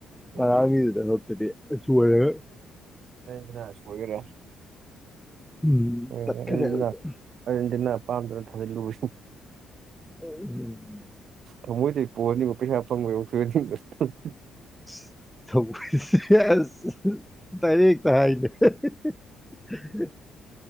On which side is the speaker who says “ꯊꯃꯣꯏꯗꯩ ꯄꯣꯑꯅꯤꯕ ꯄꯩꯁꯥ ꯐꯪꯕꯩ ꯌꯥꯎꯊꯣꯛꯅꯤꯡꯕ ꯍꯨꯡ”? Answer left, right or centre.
Right